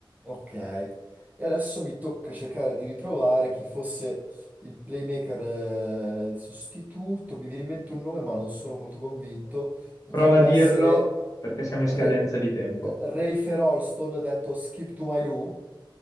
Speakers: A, on the right; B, on the left.
A: Ok, e adesso mi tocca cercare di ritrovare chi fosse il playmaker eh, sostituto. Mi viene in mente un nome, ma non sono molto convinto. Potrebbe
B: Prova a dirlo
A: essere
B: perché siamo
A: Re-
B: in scadenza di tempo.
A: eh, Rayfer Alston, detto Skip to My Lou.